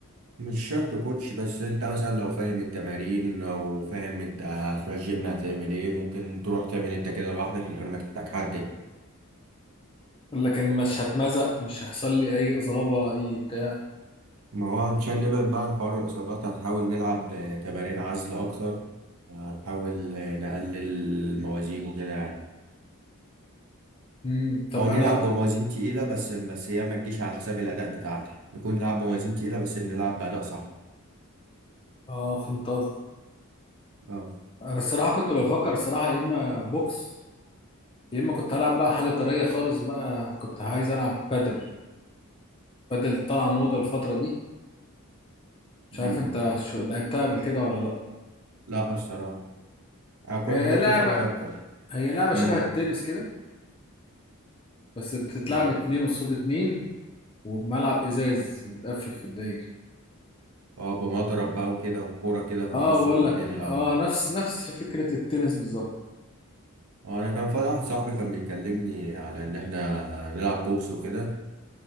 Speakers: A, on the right; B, on the left.
A: مش شرط كوتش بس انت مثلا لو فاهم التمارين او فاهم انت هتروح الجيم هتعمل ايه ممكن تروح تعمل انت كده لوحدك من غير ما تحتاج حد
B: لكن مش هتمزق مش هيحصل لي أي إصابة أي بتاع
A: ما هو عشان نبعد بقى عن حوار الاصابات هنحاول نلعب آه، تمارين عزل اكتر هنحاول آه، نقلل الموازين وكده يعني
B: مم. طب
A: او
B: انا
A: نلعب بموازين تقيلة بس بس هي ما تجيش على حساب الاداء بتاعتك نكون نلعب بموازين تقيلة بس بنلعب باداء صح
B: اه فهمت قصدك
A: اه
B: انا الصراحه كنت بفكر الصراحه يا اما بوكس يا اما كنت هلعب بقى حاجه طريه خالص بقى كنت عايز العب بادل بادل طالعه موضه الفتره دي مش عارف
A: امم
B: انت شو لعبتها قبل كده ولا لا
A: لا الصراحة انا كنت
B: هي
A: جات
B: لعبه
A: لي فترة كنت
B: هي لعبه
A: امم
B: شبه التنس كده بس بتتلعب
A: اه
B: اتنين قصاد اتنين وبملعب ازاز متقفل في الداير
A: اه بمضرب بقى وكده وكورة كده في
B: اه
A: النص
B: بقول
A: واتنين
B: لك
A: يلعبوا
B: اه نفس نفس فكره التنس بالظبط
A: اه انا كان في واحد صاحبي كان بيكلمني على ان احنا نلعب بوكس وكده